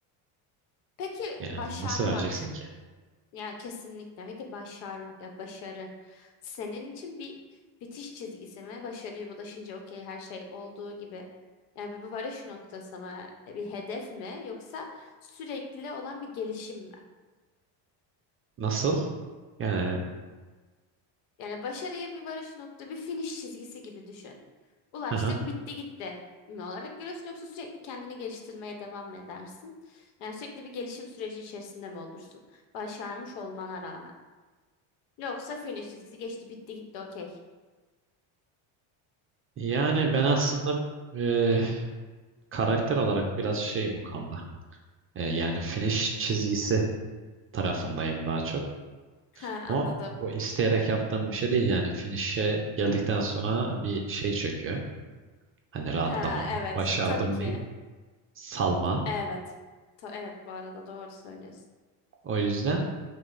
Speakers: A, on the left; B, on the right.
A: Peki
B: Yani
A: başarmak.
B: nasıl vereceksin ki?
A: Ya kesinlikle. Peki başarmak ya başarı senin için bir bitiş çizgisi mi? Başarıya ulaşınca okey her şey olduğu gibi. Yani bir bir varış noktası mı? E, Bir hedef mi? Yoksa sürekli olan bir gelişim mi?
B: Nasıl? Yani
A: Yani başarıya bir varış nokta, bir finish çizgisi gibi düşün. Ulaştım,
B: aha.
A: bitti gitti mi olarak görüyorsun yoksa sürekli kendini geliştirmeye devam mı edersin? Yani sürekli bir gelişim süreci içerisinde mi olursun? Başarmış olmana rağmen. Yoksa finish çizgisi geçti, bitti gitti okey.
B: Yani ben aslında e, karakter olarak biraz şeyim o konuda. E, yani
A: Hmm.
B: finish çizgisi tarafındayım daha çok.
A: Ha anladım.
B: Ama bu isteyerek yaptığım bir şey değil yani. Finish'e geldikten sonra bir şey çöküyor. Hani rahatlama,
A: Ha
B: "Oh,
A: evet
B: başardım
A: tabii ki.
B: deyip salma.
A: Evet. Ta- evet bu arada doğru söylüyorsun.
B: O yüzden